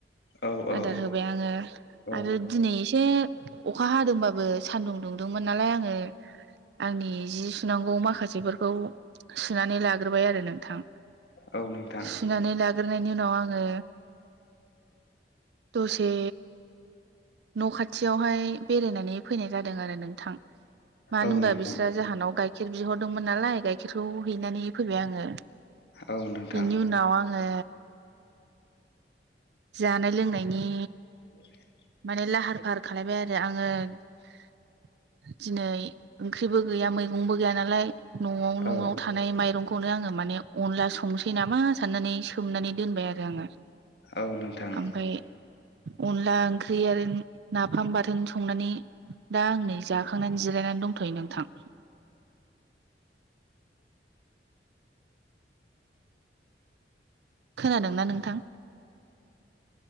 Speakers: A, on the left; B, on the right.
A: औ औ
B: आदार होबाय आङो
A: औ
B: आरो दिनै एसे अखा हादोंबाबो सानदुं दुंदोंमोन नालाय आङो आंनि जि सुु नांगौ माखासेफोरखौ सुनानै लाग्रोबाय आरो नों थां
A: औ नोंथां
B: सुनानै लाग्रो नायनि उनाव आङो दसे न' खाथियावहाय बेरायनानै फैनाय जादों आरो नोंथां मानो
A: औ
B: होनबा
A: नोंथां
B: बिसोर जाहानाव गाय खेर बिहरदोंमोन नालाय गाइखेरखौ हैनानै फैबाय आङो
A: औ नोंथां
B: बेनि उनाव आङो जानाय लोंनायनि
A: <inaudible>
B: माने लाहार फाहार खालायबाय आरो आङो दिनै ओंख्रिबो गैया मैगंबो गैया नालाय। न'वाव न'वाव
A: औ
B: थानाय माइरं खौनो आङो माने अनला संनोसै नामा साननानै सोमनानै दोनबाय आरो आङो।
A: औ नोंथां।
B: ओमफ्राय अनला ओं ख्रि आरो नाफाम बाथोन संनानै दा आं नै जाखांनानै जिरायनानै दंथ'यो नोंथां। खोनादोंना नोंथां?